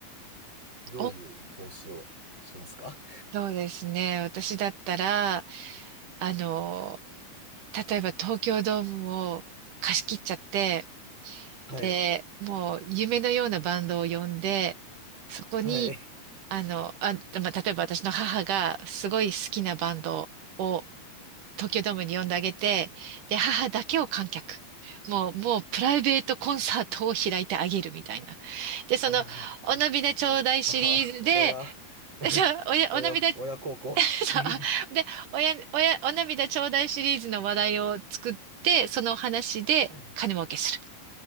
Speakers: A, on the right; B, on the right.
A: <laughs> どういう投資をしますか
B: おそうですね。私だったら、あの、例えば東京ドームを貸し切っちゃって、
A: <laughs> はい。
B: で、もう夢のようなバンドを呼んで、そこに、
A: はい。
B: あの、あ、まあ、例えば私の母がすごい好きなバンドを東京ドームに呼んであげて、で、母だけを観客。もう、もうプライベートコンサートを開いてあげるみたいな。で、その、
A: ああ。
B: お涙ちょうだいシリーズで、
A: 母、親、<laughs>
B: <laughs> じゃあおや、
A: 親、
B: お涙、<laughs>
A: 親孝行。
B: そ
A: <laughs> うん
B: うで、おや、おや、お涙ちょうだいシリーズの話題を作って、そのお話で金儲けする。
A: はい。